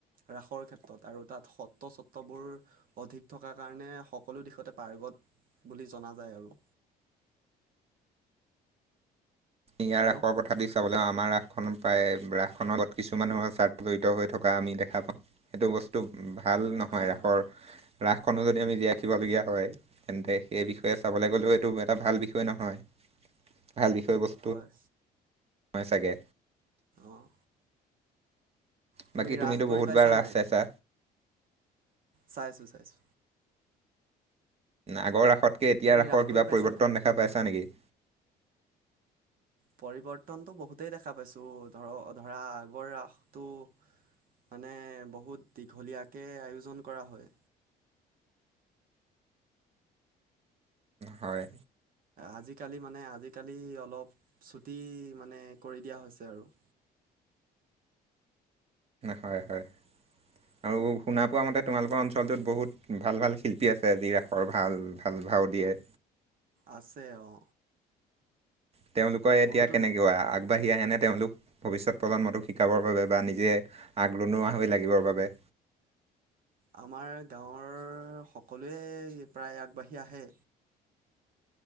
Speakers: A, on the right (about 55°); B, on the right (about 35°).
A: ৰাসৰ ক্ষেত্ৰত আৰু তাত সত্ৰ সত্ববোৰ অধিক থকাৰ কাৰণে সকলো দিশতে পাৰ্গত বুলি জনা যায় আৰু।
B: ইয়াৰ
A: হেল্ল'
B: ৰাখৰ কথা দি চাবলৈ আমাৰ ৰাস খনৰ প্ৰায় ৰাস খনৰ লগত কিছু মানুহৰ স্বাৰ্থ জড়িত হৈ থকা আমি দেখা পাও। সেইটো বস্তু ভাল নহয়
A: হয়
B: ৰাসৰ,
A: হয়
B: ৰাসখনো যদি আমি জীয়াই ৰাখিবলগীয়া হয়। তেন্তে সেই বিষয়ে চাবলৈ গলেও এইটো এটা ভাল বিষয় নহয় ভাল বিষয় বস্তু।
A: হয়।
B: হয় চাগে।
A: অঁ তুমি
B: বাকী
A: ৰাস
B: তুমিতো
A: কৰি
B: বহুতবাৰ
A: পাইছা
B: ৰাস
A: নাই?
B: চাইছা
A: চাইছো, চাইছো।
B: আগৰ ৰাসতকে এতিয়া
A: তুমি
B: ৰাসৰ
A: ৰাস
B: কিবা
A: কৰি পাইছা
B: পৰিৱৰ্তন
A: নাই
B: দেখা পাইছা নেকি?
A: পৰিৱৰ্তনতটো বহুতেই দেখা পাইছো ধৰ ধৰা আগৰ ৰাসটো মানে বহুত দীঘলীয়াকে আয়োজন কৰা হয়।
B: হয়।
A: আজিকালি মানে আজিকালি অলপ ছুটি মানে কৰি দিয়া হৈছে আৰু।
B: হয়, হয়।
A: <inaudible>
B: আৰু শুনা পোৱা মতে তোমালোকৰ অঞ্চলটোত বহুত ভাল, ভাল শিল্পী আছে যি ৰাসৰ ভাল, ভাল, ভাও দিয়ে।
A: আছে অ'
B: তেওঁলোকৰ এতিয়া
A: বহুতো
B: কেনেকুৱা আগ আগবাঢ়ি আহেনে তেওঁলোক ভৱিষ্যত প্ৰজন্মটো শিকাবৰ বাবে বা নিজে আগৰণুৱা হৈ লাগিবৰ বাবে।
A: আমাৰ গাঁৱৰ সকলোৱে প্ৰায় আগ বাঢ়ি আহে।